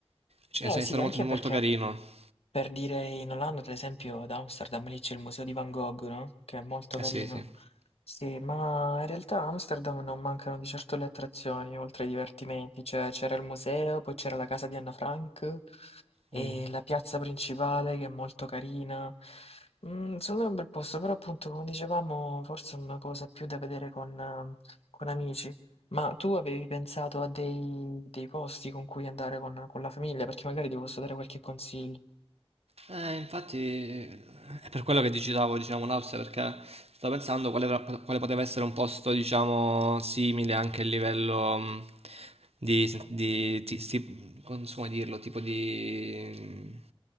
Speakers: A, on the right; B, on the left.
A: cioè,
B: eh,
A: è
B: sì,
A: stato
B: anche
A: molto, molto
B: perché
A: carino.
B: Per dire in Olanda, ad esempio, ad Amsterdam lì c'è il museo di Van Gogh, no? Che è molto carino.
A: Eh sì, sì.
B: Sì, ma in realtà a Amsterdam non mancano di certo le attrazioni, oltre ai divertimenti. Cioè, c'era il museo, poi c'era la casa di Anna Frank e
A: Mm.
B: la piazza principale che è molto carina. Mm, secondo me è un bel posto, però appunto, come dicevamo, forse è una cosa più da vedere con, ehm, con amici. Ma tu avevi pensato a dei, dei posti con cui andare con, con la famiglia? Perché magari ti posso dare qualche consiglio.
A: Eh, infatti è per quello che ti citavo, diciamo, l'Austria, perché stavo pensando quale, tra- quale poteva essere un posto, diciamo, simile anche a livello mh, di, sen- di- ti- sti- non so come dirlo, tipo di,